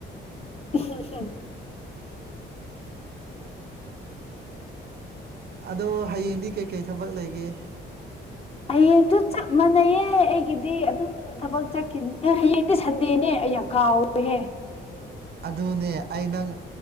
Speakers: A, on the left; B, on the right.
A: <unintelligible>
B: ꯑꯗꯣ ꯍꯌꯦꯡꯗꯤ ꯀꯩꯀꯩ ꯊꯕꯛ ꯂꯩꯒꯦ
A: ꯍꯌꯦꯡꯁꯨ ꯆꯞ ꯃꯥꯟꯅꯩꯌꯦ ꯑꯩꯒꯤꯗꯤ ꯑꯗꯨꯝ ꯊꯕꯛ ꯆꯠꯈꯤꯅꯤ ꯑꯦ ꯍꯌꯦꯡꯗꯤ ꯁꯟꯗꯦꯅꯦ ꯑꯌꯥ ꯀꯥꯎꯔꯦꯍꯦ
B: ꯑꯗꯨꯅꯦ ꯑꯩ ꯅꯪ